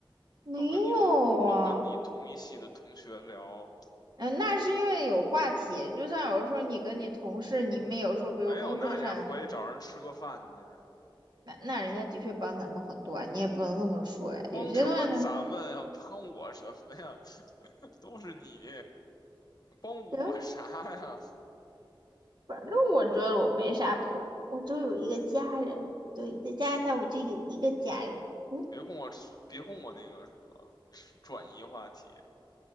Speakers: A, on the right (about 55°); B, on the left (about 45°).
A: 没有啊。
B: 老跟你的老跟你同一系的同学聊，
A: 嗯、那是因为有话题，就像有时候你跟你同事，你们有时候比如工作上有
B: 没有，那你还回去找人吃个饭去？
A: 那那人家的确帮咱们很多啊，你也不能这么说呀。
B: 帮什么咱们呀？
A: 有些东西呢，
B: 帮我什么呀？<laughs> 都是你，帮我啥呀？
A: 行，反正我觉得我没啥朋友，我就有一个家人，对，在加拿大我就有一个家人，嗯，
B: 别跟我吃别跟我那个什么吃转移话题，